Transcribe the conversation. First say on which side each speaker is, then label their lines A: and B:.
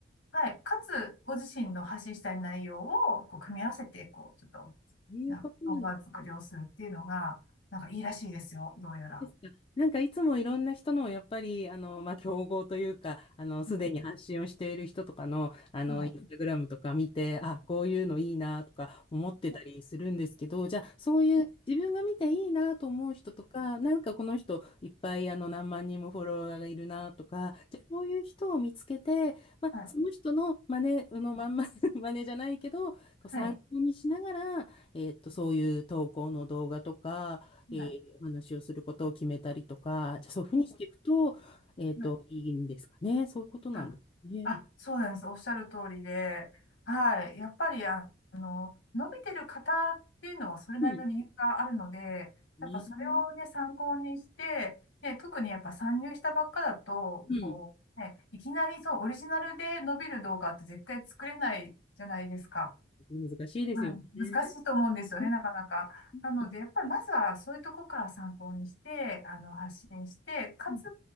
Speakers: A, on the left (about 70°); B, on the left (about 30°).
A: はい、かつご自身の発信したい内容をこう組み合わせてこうちょっと
B: そういうことなん
A: 動画作成をするっていうのがなんかいいらしいですよどうやら。
B: ですか。なんかいつもいろんな人の、やっぱり、あの、まあ、競合というか、あの、すでに発信をしている人とかの、
A: は
B: あの、
A: いはい
B: インスタグラムとか見て、あ、こういうのいいなとか思ってたりするんですけど、じゃあ、そういう自分が見ていいなと思う人とか、なんかこの人いっぱい、あの、何万人もフォロワーがいるなとか、じゃあ、そういう人を見つけて、まあ、
A: はいはい
B: その人の真似、あのまんま <laughs>、真似じゃないけど、こう参考にしながら、
A: はいは
B: えっと、そういう投稿の動画とか、
A: い
B: えーお話をすることを決めたりとか、じゃあそういうふうにしていくと、えっと、
A: はい
B: いいんですかね。そういうことなんですね。
A: はい。あ、そうなんです。おっしゃる通りで、はい。やっぱり、あの、伸びてる方っていうのはそれなりの理由があるので、
B: うんね。
A: やっぱそれをね、参考にして、ね、特にやっぱ参入したばっかだと、
B: うん。
A: こう、ね、いきなりそう、オリジナルで伸びる動画って絶対作れないじゃないですか。
B: 難しいですよね。
A: はい、難しいと思うんですよね、
B: うん
A: なかなか。なので、
B: うん
A: やっぱりまずはそういうとこから参考にして、あの、発信して、かつ、
B: うん